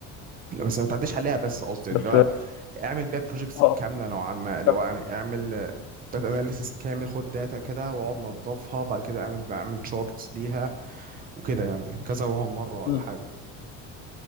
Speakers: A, on the right; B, on the left.
A: لا، بس ما تعديش عليها بس قصدي يعني
B: بس
A: لو اعمل بيها بروجيكتس
B: اه
A: كامله نوعا ما لو
B: طب
A: يعني اعمل داتا اناليسيس كامل خد داتا كده واقعد نضفها بعد كده اعمل بعمل شورتس ليها وكده يعني كذا مره ولا
B: م-
A: حاجه